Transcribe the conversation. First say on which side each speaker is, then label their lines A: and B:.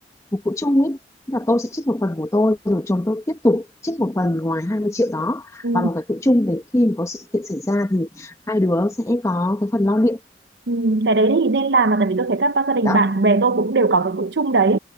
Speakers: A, on the left (about 15°); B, on the right (about 70°).
A: một quỹ chung ấy Tức là tôi sẽ trích một phần của tôi rồi chồng tôi tiếp tục trích một phần ngoài 20 triệu đó
B: ừ.
A: vào một cái quỹ chung để khi mà có sự kiện xảy ra thì hai đứa sẽ có cái phần lo liệu
B: Ừ, cái đấy thì nên làm mà tại vì tôi thấy các ba gia đình
A: đó
B: bạn bè tôi cũng đều có cái quỹ chung đấy